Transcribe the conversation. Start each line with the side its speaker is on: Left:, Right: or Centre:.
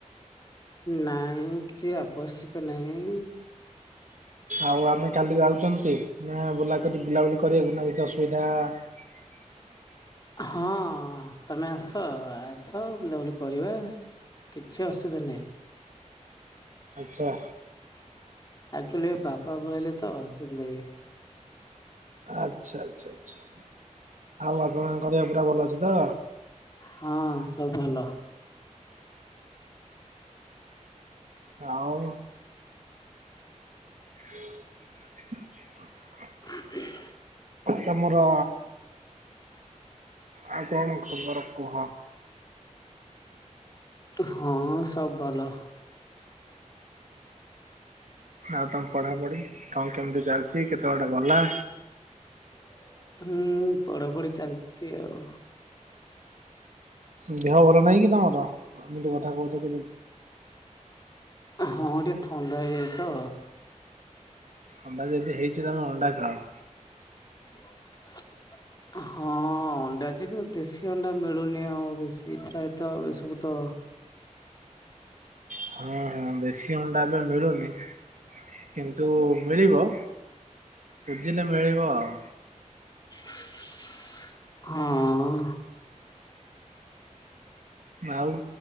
Left: ନାଇଁ କିଛି ଆବଶ୍ୟକ ନାହିଁ।
Right: ଆଉ ଆମେ କାଲି ଯାଉଚନ୍ତି ନା ବୁଲା କରି ବୁଲାବୁଲି କରିବାକୁ ନା କିଛି ଅସୁବିଧା <unintelligible>
Left: ହଁ ତମେ ଆସ ଆସ ବୁଲାବୁଲି କରିବା। କିଛି ଅସୁବିଧା ନାହିଁ।
Right: ଆଚ୍ଛା।
Left: ଆକଚୁଆଲି ଏ ବାପା ପଳେଇଲେ ତ ସେଇଥିଲାଗି।
Right: ଆଚ୍ଛା ଆଚ୍ଛା ଆଚ୍ଛା ଆଉ ଆପଣ କ ପା ଭଲ ଅଛି ତ?
Left: ହଁ ସବୁ ଭଲ।
Right: ଆଉ? <unintelligible>
Left: ହ <unintelligible>
Right: ତମର ଆଉ କଣ ଖବର କୁହ।
Left: ହଁ ସବୁ ଭଲ।
Right: ଆଉ ତମ ପଢ଼ାପଢ଼ି କଣ କେମିତି ଚାଲିଚି କେତେ ବାଟେ ଗଲା?
Left: <inaudible> ହ ହୁଁ ପଢାପଢି ଚାଲିଚି ଆଉ।
Right: ଦେହ ଭଲ ନାହିଁ କି ତମର ଏମିତି କଥା କହୁଚ କି
Left: ହଁ ଟିକିେ ଥଣ୍ଡା ହେଇଯାଇଚି ତ।
Right: ଅଣ୍ଡା ଯଦି ହେଇଚି ତମେ ଅଣ୍ଡା ଖାଅ।
Left: ହ <inaudible> ହଁ ଅଣ୍ଡା ଯେ କିନ୍ତୁ ଦେଶୀ ଅଣ୍ଡା ମିଳୁନି ଆଉ ବେଶୀ ଫ୍ରାଏ ତ ଏ ସବୁ ତ
Right: ହଁ ହଁ ଦେଶୀ ଅଣ୍ଡା ଏବେ ମିଳୁନି କିନ୍ତୁ ମିଳିବ ଖୋଜିଲେ ମିଳିବ ଆଉ।
Left: ହଁ।
Right: ଆଉ